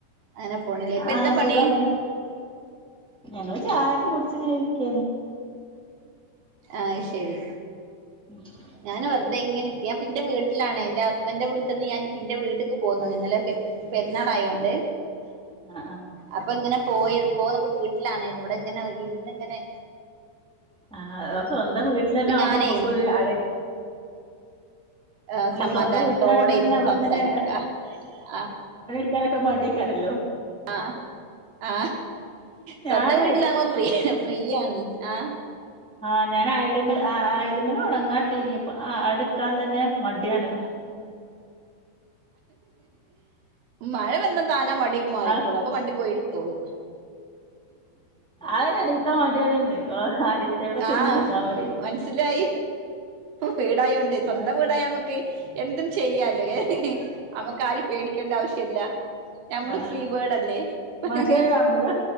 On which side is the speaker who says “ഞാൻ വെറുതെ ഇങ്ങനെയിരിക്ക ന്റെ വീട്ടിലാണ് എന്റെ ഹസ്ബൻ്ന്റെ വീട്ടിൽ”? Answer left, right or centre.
Right